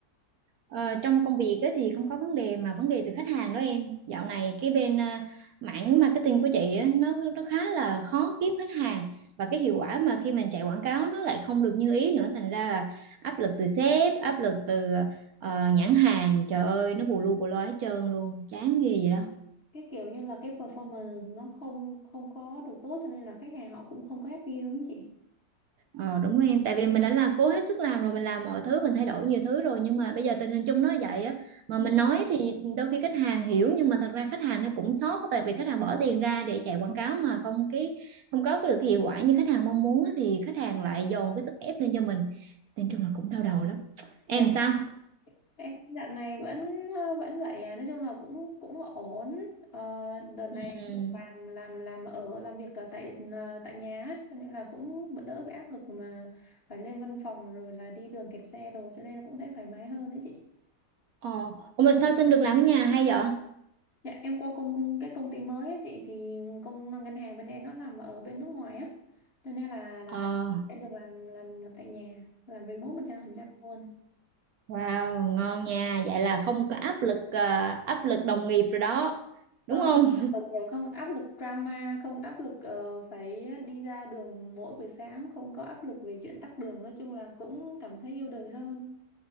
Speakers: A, on the right; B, on the left.
A: ờ, trong công việc á, thì không có vấn đề mà vấn đề từ khách hàng đó em dạo này cái bên ờ, mảng marketing của chị á, nó nó khá là khó kiếm khách hàng và cái hiệu quả mà khi mình chạy quảng cáo nó lại không được như ý nữa thành ra là áp lực từ sếp áp lực từ ờ, nhãn hàng trời ơi nó bù lu bù loa hết trơn luôn chán ghê vậy đó
B: Cái kiểu như là cái performance nó không không có được tốt cho nên là khách hàng họ cũng không có happy đúng không chị?
A: Ờ đúng rồi em, tại vì mình đã là cố hết sức làm rồi, mình làm mọi thứ, mình thay đổi nhiều thứ rồi nhưng mà bây giờ tình hình chung nó vậy á, mà
B: Ừ,
A: mình nói thì đôi khi khách hàng hiểu nhưng mà thật ra khách hàng nó cũng sót tại vì khách hàng bỏ tiền ra để chạy quảng cáo mà không cái không có cái được cái hiệu quả như khách hàng mong muốn á, thì khách hàng lại dồn cái sức ép lên cho mình. Nên chung là cũng đau đầu lắm. Em
B: Dạ
A: sao?
B: em dạo này vẫn ờ, vẫn vậy à, nói chung là cũng cũng ổn. Ờ, đợt này
A: Ừ.
B: em được làm làm làm ở làm việc ở tại ờ, tại nhà á, cho nên là cũng đỡ bị áp lực mà phải lên văn phòng rồi là đi đường kẹt xe đồ cho nên là cũng thấy thoải mái hơn đấy chị.
A: Ờ, ủa mà sao xin được làm ở nhà hay vậy?
B: Dạ, em qua công, công cái công ty mới ấy, chị thì công ngân hàng bên em nó nằm ở bên nước ngoài á. Cho nên là là
A: Ờ,
B: em được làm làm làm tại nhà, làm remote 100% luôn.
A: wow, ngon nha. Vậy là không có áp lực ờ, áp lực đồng nghiệp rồi đó,
B: Không
A: đúng không?
B: đồng nghiệp không áp lực drama, không áp lực ờ, phải đi ra đường mỗi buổi sáng, không có áp lực về chuyện tắc đường, nói chung là cũng cảm thấy yêu đời hơn.